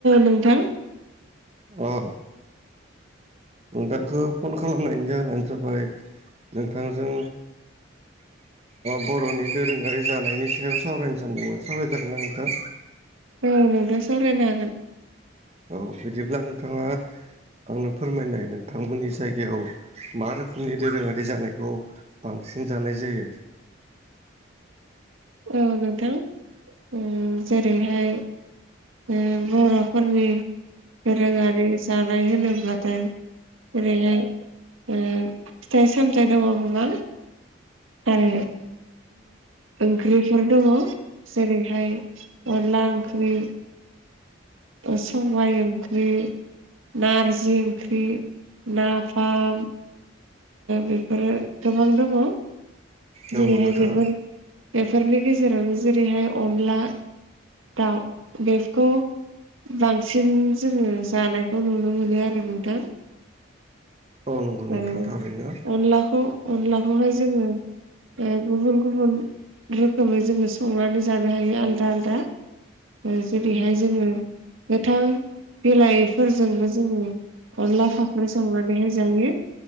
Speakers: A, on the right (about 85°); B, on the right (about 30°).
A: नोंथां
B: औ नोंथांखौ फन खालामनायनि जाहोनानो जाबाय नोंथांजों बर'नि दोरोङारि जानायनि सायाव सावरायनो सानदोंमोन सावरायजागोनना नोंथां?
A: औ नोंथा सावरायनो हागोन।
B: औ बिदिब्ला नोंथाङा आंनो फोरमायनाय नोंथांमोननि जायगायाव मा रोखोमनि दोरोङारि जानायखौ बांसिन जानाय जायो।
A: औ नोंथां ओ जेरैहाय ओ बर'फोरनि दोरोङारि जानाय होनोब्लाथाय ओेरैहाय उम फिथाइ सामथाइ दङ गोबां आरो ओंख्रिफोर दङ जेरैहाय अनला ओंख्रि सबाय ओंख्रि, नारजि ओंख्रि, नाफाम, बेफोरो गोबां दङ'।
B: नंगौ
A: जेरैहाय
B: नोंथां
A: बेफोर बेफोरनि गेजेरावनो जेरैहाय अनला दाउ बेखौ बांसिन जोङो जानायखौ नुनो मोनो आरो नोंथां।
B: नंगौ नोंथां
A: औ
B: थारैनो
A: अनलाखौ अनलाखौहाय जोङो ओ गुबुन गुबुन रोखोमै जोङो संनानै जानो हायो आलदा आलदा ओ जेरैहाय जोङो गोथां बिलाइफोरजोंबो जोङो अनला फाख्रि संनानैहाय जायो